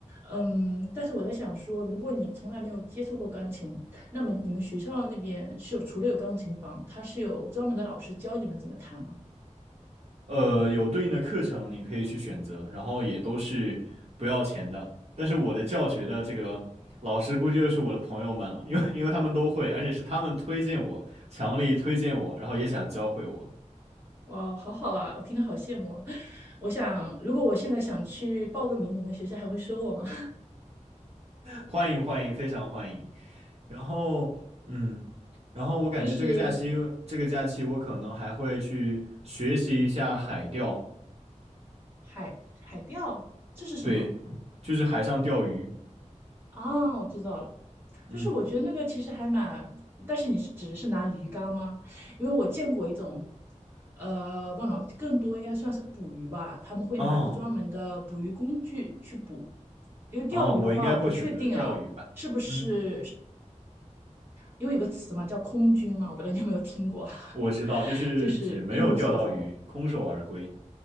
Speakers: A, on the right (about 15°); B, on the right (about 55°).
A: 嗯，但是我在想说，如果你从来没有接触过钢琴，那么你们学校那边是有除了有钢琴房，它是有专门的老师教你们怎么弹吗？
B: 呃，有对应的课程你可以去选择，然后也都是不要钱的。但是我的教学的这个老师估计就是我的朋友们了，因为因为他们都会，而且是他们推荐我，强力推荐我，然后也想教会我，
A: 哇，好好啊，我听得好羡慕啊。<laughs> 我想，如果我现在想去报个名，你们学校还会收我吗？
B: 欢迎欢迎，非常欢迎。然后嗯，然后我感觉这个假期这个假期我可能还会去学习一下海钓，
A: <laughs> 就是海海钓，这是什么？
B: 对，就是海上钓鱼。
A: 啊，我知道了。
B: 嗯，
A: 但是我觉得那个其实还蛮，但是你是指的是拿鱼竿吗？因为我见过一种，呃，不能更多应该算是捕鱼吧，他们会拿着专门的捕鱼工具去捕。
B: 哦
A: 因为钓鱼的话，
B: 哦，我应该会选择钓鱼吧。
A: 我不确定啊，是不是
B: 嗯。
A: 因为有个词嘛，叫空军嘛，我不知道你有没有听过，<laughs>
B: 我知道，就是指没有钓到鱼，
A: 就是一无所获。
B: 空手而归。